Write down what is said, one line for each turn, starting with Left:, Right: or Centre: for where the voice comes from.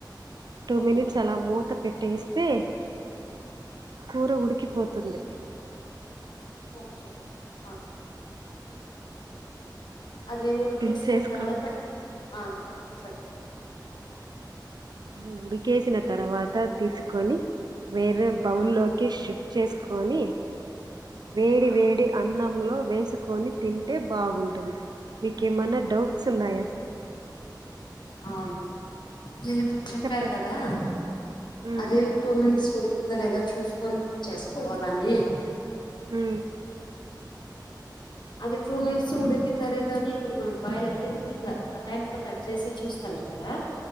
Right: టూ
Left: ఓకే
Right: మినిట్స్ అల మూత. పెట్టేస్తే కూర ఉడికిపోతుంది.
Left: ఓకే ఆ. అది ఉడికేసిన
Right: దించేసుకోను
Left: తర్వాత ఆ చెప్
Right: అది ఉడికేసిన తర్వాత తీసుకొని వేరే బౌల్లోకి
Left: ఆ
Right: షిఫ్ చేసుకొని వేడి
Left: ఆ
Right: వేడి అన్నం. లో వేసుకొని తింటే బాగుంటుంది మీకేమన్నా డౌట్స్ ఉన్నాయ
Left: అవును. మీది ఇప్పుడు చెప్పారు
Right: చెప్పండి
Left: కదా
Right: ఉమ్
Left: అది టూ <unintelligible> ఉడికిందా లేదా చూసుకొని చేసుకోవాలని.
Right: హు
Left: అది టూ మినిట్స్ ఉడికిందనే దాని ఇప్పుడు మనం బాయల్ అయితే ఇట్లా హ్యాండ్స్ తో టచ్ చేసి చూస్తాను కదా.